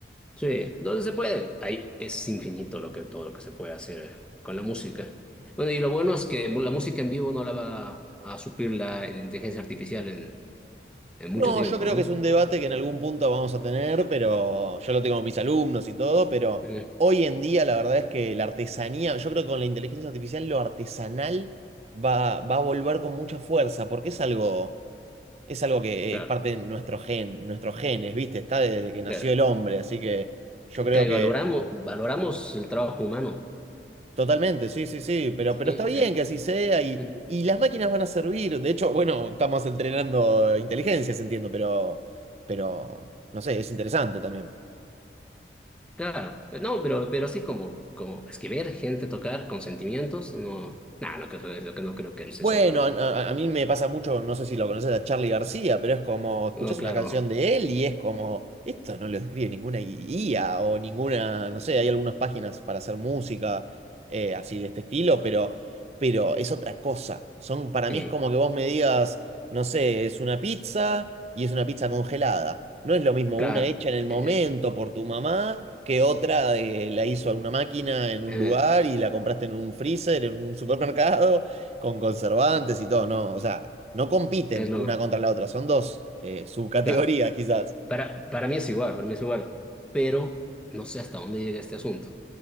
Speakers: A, in the centre; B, on the right.
A: Sí, entonces se puede. Ahí es infinito lo que, todo lo que se puede hacer con la música. Bueno, y lo bueno es que la música en vivo no la va a suplir la, la inteligencia artificial en en
B: No,
A: mucho tiempo,
B: yo creo
A: ¿no?
B: que es un debate que en algún punto vamos a tener, pero yo lo tengo con mis alumnos y todo, pero
A: Mm,
B: hoy en día la verdad es que la artesanía, yo creo que con la inteligencia artificial lo artesanal va, va a volver con mucha fuerza, porque es algo, es algo que
A: Claro,
B: es parte de nuestro gen, nuestros genes, ¿viste? Está desde que nació
A: claro.
B: el hombre, así que yo creo
A: Claro,
B: que
A: y valoramos, valoramos el trabajo humano,
B: Totalmente, sí, sí, sí, pero,
A: ¿sí?
B: pero está bien
A: Eh,
B: que así sea y,
A: ujú.
B: y las máquinas van a servir. De hecho, bueno, estamos entrenando inteligencias, entiendo, pero, pero, no sé, es interesante también.
A: claro, pues, no, pero, pero sí como, como escribir, gente tocar con sentimientos, no, nah, no, creo- es lo que no creo que se
B: Bueno,
A: supla nunca.
B: a, a- a mí me pasa mucho, no sé si lo conoces a Charlie García, pero es como, escuchás
A: No, claro,
B: una canción de él y es como, esto no lo escribe ninguna IA o ninguna, no sé, hay algunas páginas para hacer música eh, así de este estilo, pero, pero es otra cosa. Son, para
A: eh,
B: mí es como que vos me digas, no sé, es una pizza y es una pizza congelada. No es lo mismo
A: claro,
B: una hecha en el momento
A: eh,
B: por tu mamá que otra eh, la hizo alguna máquina en un
A: eh,
B: lugar
A: eh,
B: y la compraste en un freezer, en un supermercado con conservantes y todo, no, o sea, no compiten
A: es lo,
B: una contra la otra, son dos eh, subcategorías
A: claro.
B: quizás.
A: Para, para mí es igual, para mí es igual, pero no sé hasta dónde llega este asunto,